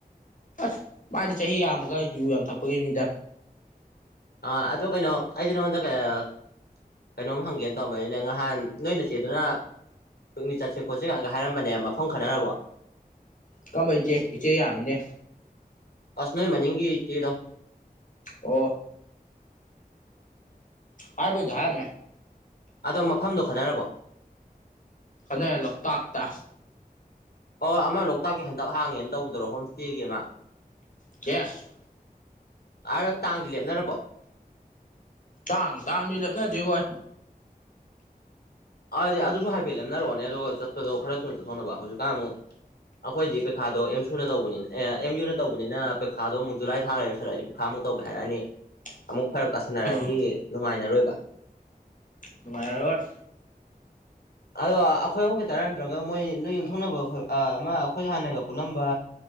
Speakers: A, on the left (about 55°); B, on the left (about 85°).
A: ꯑꯁ ꯃꯥꯗꯤ ꯆꯍꯤ ꯌꯥꯝꯃꯒ ꯌꯨ ꯌꯥꯝ ꯊꯛꯄꯒꯤꯅꯤꯗ
B: ꯑ ꯑꯗꯣ ꯀꯩꯅꯣ ꯑꯩꯁꯨ ꯅꯉꯣꯟꯗ ꯀꯩ ꯑꯥ ꯀꯩꯅꯣꯝ ꯍꯪꯒꯦꯅ ꯇꯧꯔꯝꯕꯅꯤꯅꯦ ꯉꯍꯥꯟ ꯅꯣꯏ ꯅꯆꯦꯗꯨꯅ ꯄꯤꯛꯅꯤꯛ ꯆꯠꯁꯦ ꯈꯣꯠꯁꯦꯒ ꯍꯥꯏꯔꯝꯕꯅꯦ ꯃꯐꯝ ꯈꯟꯅꯔꯕꯣ
A: ꯀꯝꯕ ꯏꯆꯦ ꯏꯆꯦ ꯌꯥꯝꯃꯤꯅꯦ
B: ꯑꯁ ꯅꯣꯏ ꯃꯅꯤꯡꯒꯤ ꯏꯆꯦꯗꯣ
A: ꯑꯣ ꯍꯥꯏꯕꯨꯗꯤ ꯍꯥꯏꯔꯝꯃꯦ
B: ꯑꯗꯣ ꯃꯐꯝꯗꯣ ꯈꯟꯅꯔꯕꯣ
A: ꯈꯟꯅꯔꯦ ꯂꯣꯛꯇꯥꯛꯇ
B: ꯑꯣ ꯑꯃ ꯂꯣꯛꯇꯥꯛꯀꯤ ꯍꯟꯗꯛ ꯍꯥꯡꯉꯦꯅ ꯇꯧꯕꯗꯨꯔꯣ ꯍꯣꯝ ꯏꯁꯇꯦꯒꯤ ꯑꯃ
A: ꯒꯦꯁ
B: ꯑꯥꯔꯣ ꯇꯥꯡꯗꯤ ꯂꯦꯞꯅꯔꯕꯣ
A: ꯇꯥꯡ ꯇꯥꯡꯗꯤ ꯂꯦꯞꯅꯗ꯭ꯔꯤ ꯈꯣꯏ
B: ꯑꯗꯨꯗꯤ ꯑꯗꯨꯁꯨ ꯍꯥꯏꯐꯦꯠ ꯂꯦꯞꯅꯔꯛꯑꯣꯅꯦ ꯑꯗꯨꯒ ꯆꯠꯄꯗꯣ ꯈꯔ ꯊꯨꯅ ꯆꯠꯍꯧꯟꯅꯕ ꯍꯧꯖꯤꯛꯀꯥꯟ ꯑꯃꯨꯛ ꯑꯈꯣꯏꯗꯤ ꯄꯩꯈꯥꯗꯣ ꯑꯦꯝ ꯁꯨꯅ ꯇꯧꯕꯅꯤ ꯑꯦ ꯑꯦꯝ ꯌꯨꯅ ꯇꯧꯕꯅꯤꯅ ꯄꯩꯈꯥꯗꯣ ꯑꯃꯨꯛ ꯖꯨꯂꯥꯏ ꯊꯥ ꯌꯧꯁꯟꯂꯛꯑꯗꯤ ꯊꯥꯃꯨꯛ ꯇꯧꯒꯦ ꯍꯥꯏꯔꯛꯑꯅꯤ
A: <inaudible>
B: ꯑꯃꯨꯛ ꯐꯔꯛ ꯇꯥꯁꯟꯅꯔꯛꯑꯗꯤ
A: ꯎꯝ
B: ꯅꯨꯡꯉꯥꯏꯅꯔꯣꯏꯕ
A: ꯅꯨꯡꯉꯥꯏꯑꯔꯣꯏ
B: ꯑꯗꯣ ꯑꯈꯣꯏ ꯑꯍꯨꯝ ꯈꯤꯇꯔꯥ ꯅꯠꯇ꯭ꯔꯒ ꯃꯣꯏ ꯅꯣꯏ ꯌꯨꯝꯊꯪꯅꯕ ꯑꯃ ꯑꯈꯣꯏ ꯍꯥꯟꯅꯒ ꯄꯨꯜꯂꯝꯕ